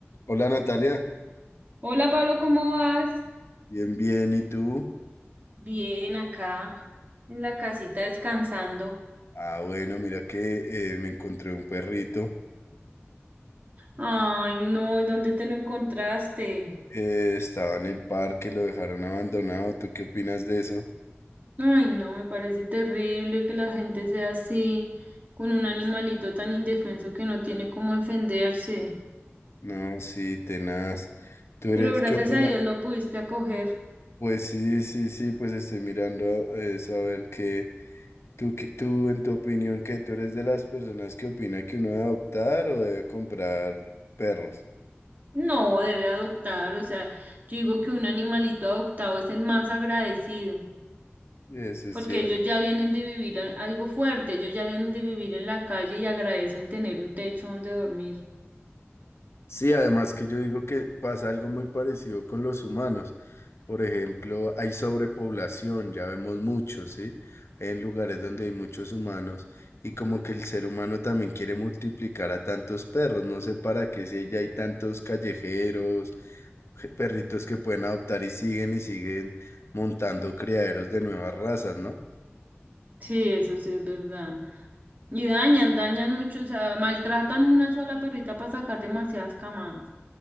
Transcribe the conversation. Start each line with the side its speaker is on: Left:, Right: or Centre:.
Left: Hola Natalia,
Right: Hola Pablo, ¿cómo vas?
Left: bien, bien, ¿y tú?
Right: Bien, acá en la casita descansando.
Left: Ah, bueno, mira que eh, me encontré un perrito,
Right: Ay, no, ¿y dónde te lo encontraste?
Left: eh, estaba en el parque, lo dejaron abandonado, ¿tú qué opinas de eso?
Right: Ay, no, me parece terrible que la gente sea así, con un animalito tan indefenso que no tiene cómo defenderse.
Left: No, sí, tenaz, ¿tú
Right: Pero
Left: eres,
Right: gracias
Left: qué opinas?
Right: a Dios lo pudiste acoger.
Left: Pues sí, sí, sí, pues estoy mirando a- eso, a ver qué, tú, qué- tú en tu opinión, ¿qué? ¿Tú eres de las personas que opina que uno debe adoptar o debe comprar perros?
Right: No, debe adoptar, o sea, yo digo que un animalito adoptado es el más agradecido.
Left: Eso es
Right: porque
Left: cierto.
Right: ellos ya vienen de vivir a- algo fuerte, ellos ya vienen de vivir en la calle y agradecen tener un techo donde dormir.
Left: Sí, además que yo digo que pasa algo muy parecido con los humanos. Por ejemplo, hay sobrepoblación, ya vemos muchos, ¿sí? En lugares donde hay muchos humanos y como que el ser humano también quiere multiplicar a tantos perros, no sé para qué, si ya hay tantos callejeros, je- perritos que pueden adoptar y siguen y siguen montando criaderos de nuevas razas, ¿no?
Right: Sí, eso sí es verdad. Y dañan, dañan mucho, o sea, maltratan una sola perrita para sacar demasiadas camadas.